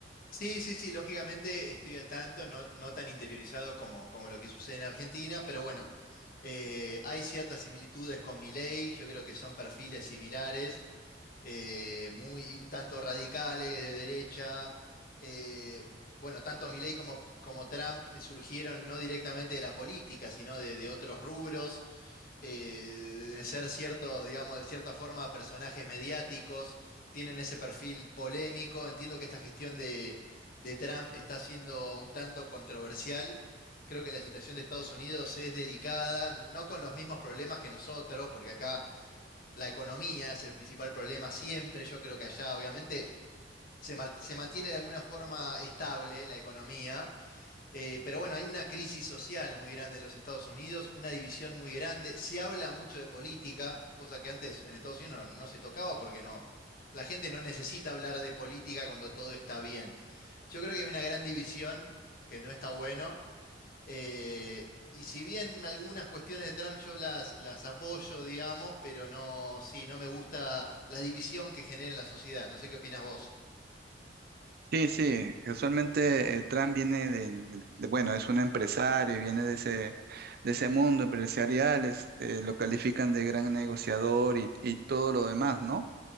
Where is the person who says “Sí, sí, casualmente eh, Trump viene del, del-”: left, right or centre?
Right